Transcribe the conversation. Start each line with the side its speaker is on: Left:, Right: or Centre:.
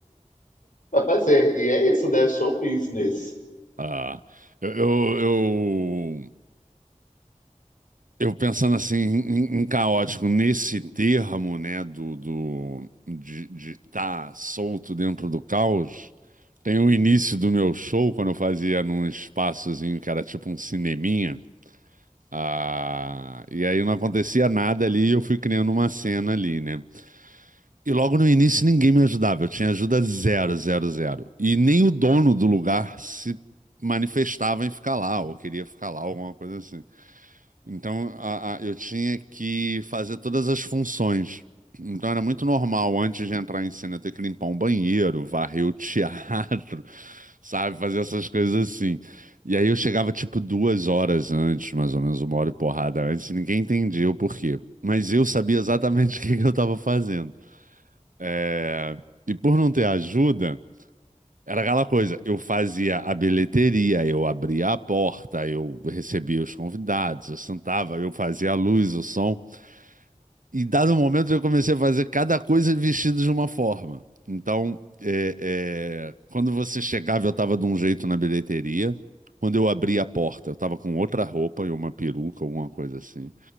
Left: fazer. E é isso, né? Show business.
Right: Ah, eu, eu, eu, eu pensando assim em, em caótico nesse termo, né, do, do de estar solto dentro do caos. Tem o início do meu show, quando eu fazia num espaçozinho que era tipo um cineminha. Ah, e aí não acontecia nada ali e eu fui criando uma cena ali, né? E logo no início ninguém me ajudava, eu tinha ajuda zero, zero, zero. E nem o dono do lugar se manifestava em ficar lá, ou queria ficar lá, alguma coisa assim. Então, a- a- eu tinha que fazer todas as funções. Então, era muito normal, antes de entrar em cena, eu ter que limpar um banheiro, varrer o teatro, <laughs> sabe? Fazer essas coisas assim. E aí, eu chegava, tipo, duas horas antes, mais ou menos, uma hora e porrada antes, e ninguém entendia o porquê. Mas eu sabia exatamente <laughs> o que que eu estava fazendo. É, E por não ter ajuda. Era aquela coisa, eu fazia a bilheteria, eu abria a porta, eu recebia os convidados, eu sentava, eu fazia a luz, o som. E dado um momento eu comecei a fazer cada coisa vestido de uma forma. Então, é, é, quando você chegava, eu estava de um jeito na bilheteria. Quando eu abria a porta, eu estava com outra roupa e uma peruca, alguma coisa assim.